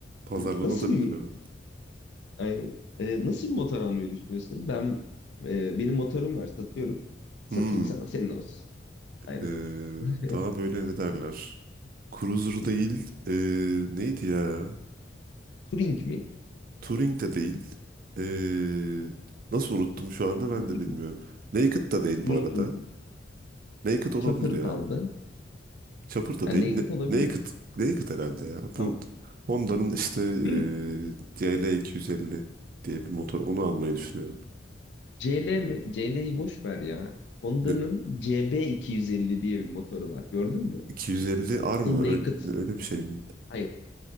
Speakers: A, on the right; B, on the left.
A: Pazarlanabilir
B: Bu nasıl bir
A: evet.
B: aynen. Ee, nasıl bir motor almayı düşünüyorsun? Ben e, benim motorum var satıyorum. Satayım
A: Hmm.
B: sana senin olsun. Aynen.
A: E,
B: <laughs>
A: daha böyle ne derler? Cruiser değil. e, neydi ya?
B: Turing mi?
A: Turing de değil. Ee, nasıl unuttum şu anda
B: Cruiser
A: ben de bilmiyorum. Naked da değil
B: Cruiser
A: bu arada.
B: değil.
A: Naked olabilir
B: Chopper
A: ya.
B: kaldı.
A: Chopper da
B: Yani
A: değil. Ne-
B: Naked olabilir
A: Naked.
B: mi?
A: Naked herhalde ya.
B: Tamam.
A: Bu Honda'nın işte ee,
B: Hmm.
A: CL250 diye bir motor. Onu almayı düşünüyorum.
B: CL mi? CL'yi boş ver ya. Honda'nın
A: Ne-
B: CB250 diye bir motoru var. Gördün mü?
A: 250 R
B: Custom
A: mı?
B: Naked.
A: Öyle, öyle bir şey mi?
B: Hayır.